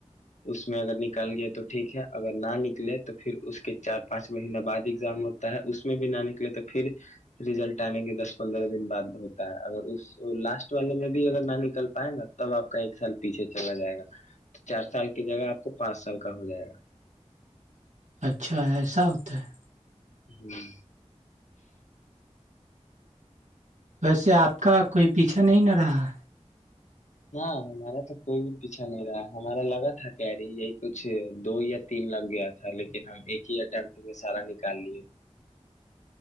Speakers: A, on the left; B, on the right.
A: اس میں اگر کال گئے تو ٹھیک ہے اگر نہ نکلے تو پھر اس کے چار پانچ مہینہ بعد ایگزام ہوتا ہے اس میں بھی لانے کے لیے تو پھر ریزلٹ آنے کے دس پندرہ دن بعد ہوتا ہے اگر اس تو لاسٹ والے میں بھی اگر ن نکل پ نا تب آپ کا ایک سال پیچھے چلا جائے گا چار سال کی جگہ آپ کو پانچ سال کا ہو جائے گا
B: اچھا ایسا ہوتا ہے
A: ہوں
B: ویسے آپ کا کوئی پیچھا نہیں نہ رہا
A: ہاں ہمارا تو کوئی بھی پیچھا نہیں رہا ہمارا لگا تھا کہری یہی کچھ دو یا تین لگ گیا تھا لیکن ہم ایک ہی اٹمٹ میں سارا نکال لے